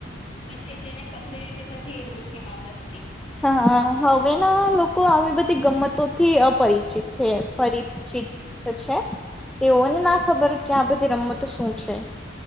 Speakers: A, on the left; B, in the centre.
A: પછી જેને પકડી તે પછી એ ડોશી માં બ
B: હા હ વેના લોકો આવી બધી ગમતો થી અપરિચિત છે પરિચિત છે તેઓને ના ખબર કે આ બધી રમતો શું છે